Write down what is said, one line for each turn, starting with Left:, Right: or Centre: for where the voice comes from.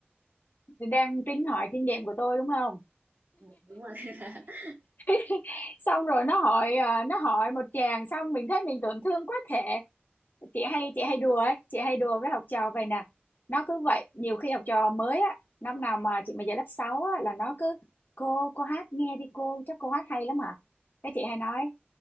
Left: Thì đang tính hỏi kinh nghiệm của tôi đúng không
Right: Đúng rồi <laughs>
Left: <laughs> xong rồi nó hỏi à, nó hỏi một chàng xong mình thấy mình tổn thương quá thể chị hay chị hay đùa ấy chị hay đùa với học trò vậy nè nó cứ vậy nhiều khi học trò mới á năm nào mà chị mà dạy lớp 6 á là nó cứ cô cô hát nghe đi cô chắc cô hát hay lắm hả cái chị hay nói